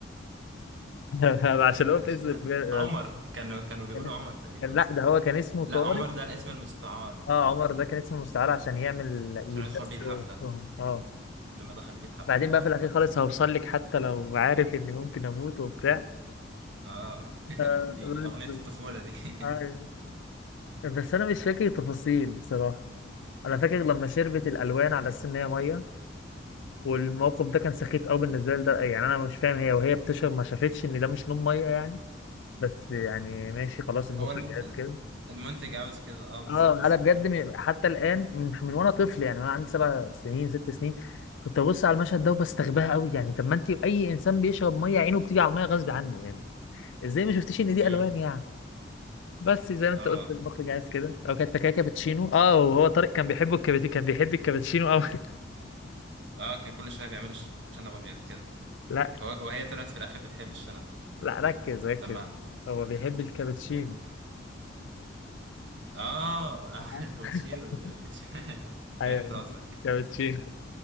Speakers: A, on the left; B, on the right.
A: <laughs>
B: <laughs>
A: عشان هو في اسم الفيلم
B: عمر كانوا كانوا بيقولوا
A: كان
B: عمر تقريبا
A: كان- لا
B: صح
A: ده هو كان اسمه
B: لا
A: طارق
B: عمر ده الاسم المستعار
A: اه
B: اه
A: عمر ده كان اسمه مستعار عشان يعمل يتدس
B: عشان يدخل بيه الحفلة
A: وسطهم. اه
B: لما دخل بيه الحفلة
A: بعدين
B: اه
A: بقى
B: افتكرت
A: في الاخير خالص هوصل لك حتى لو عارف اني ممكن اموت وبتاع
B: اه <laughs>
A: آه،
B: دي
A: بس
B: أغنية الطفولة دي <laughs>
A: ايوه بس انا مش فاكر تفاصيل بصراحه انا فاكر لما شربت الالوان على اساس ان هي ميه والموقف ده كان سخيف قوي بالنسبه لي ده يعني انا مش فاهم هي وهي بتشرب ما شافتش ان ده مش لون ميه يعني بس يعني ماشي خلاص المخرج
B: هو الم...
A: قاس كده
B: المنتج عاوز كده اه بالظبط
A: اه انا بجد م- حتى الان من من وانا طفل يعني وانا عندي سبع سنين ست سنين كنت ببص على المشهد ده وبستغباها قوي يعني طب ما انت اي انسان بيشرب ميه عينه بتيجي على الميه غصب عنه يعني ازاي ما شفتيش ان دي
B: امم
A: الوان يعني بس زي ما انت
B: اه
A: قلت المخرج عايز كده او كانت فاكره كابتشينو اه وهو طارق كان بيحبه الكابت... كان بيحب الكابتشينو قوي <laughs>
B: اه كان كل شوية بيعملوا ش- شنب أبيض كده
A: لا
B: هو- وهي طلعت في الآخر بتحب الشنب
A: لا ركز ركز
B: لما
A: هو بيحب الكابتشينو
B: اه
A: <laughs>
B: <laughs> الكوتشين والبيتش <laughs>
A: ايوه
B: فهمت قصدك
A: كابتشينو